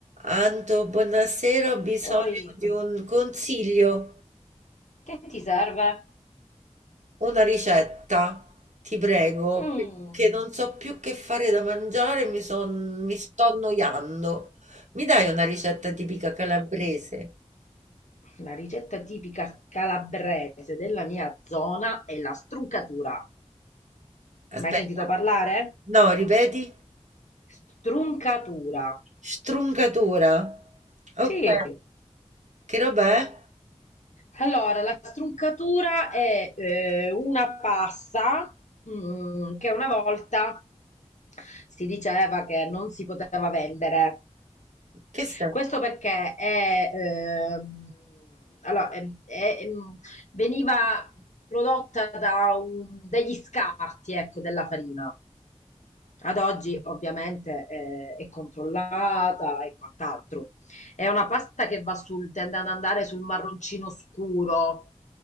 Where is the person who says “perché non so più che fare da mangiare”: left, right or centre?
Right